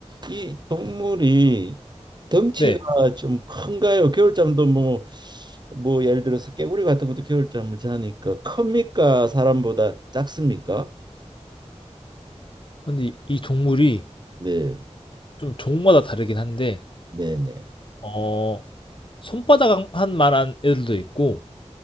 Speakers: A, on the right (about 40°); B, on the left (about 45°).
A: 이 동물이 덩치가
B: 네.
A: 좀 큰가요? 겨울잠도 뭐 뭐 예를 들어서 깨구리 같은 것도 겨울잠을 자니까 큽니까? 사람보다 작습니까?
B: 근데 이 동물이
A: 네.
B: 좀 종마다 다르긴 한데
A: 네, 네.
B: 어 손바닥 한 만한 애들도 있고